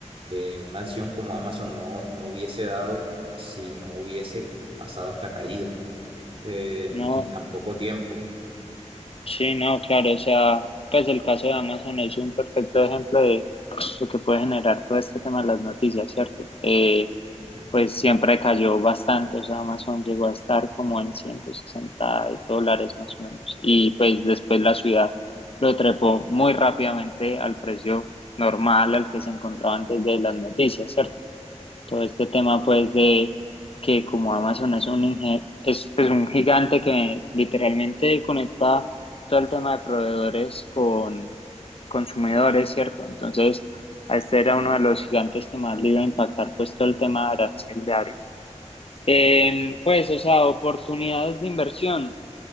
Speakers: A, on the right; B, on the left.
A: que una acción como Amazon no, no hubiese dado si no hubiese pasado esta caída eh, en,
B: No,
A: en tan poco tiempo.
B: sí, no, claro, o sea, pues el caso de Amazon es un perfecto ejemplo de lo que puede generar todo este tema de las noticias, ¿cierto? Eh,
A: Ujú,
B: pues siempre cayó bastante, o sea, Amazon llegó a estar como en 160 dólares más o menos. Y pues después la ciudad lo trepó muy rápidamente al precio normal al que se encontraba antes de las noticias, ¿cierto? Todo este tema pues de que como Amazon es un, inge- es, pues, un gigante que literalmente conecta todo el tema de proveedores con consumidores, ¿cierto? Entonces, a este era uno de los gigantes que más le iba a impactar pues todo el tema de arancel de Em, pues, o sea, oportunidades de inversión.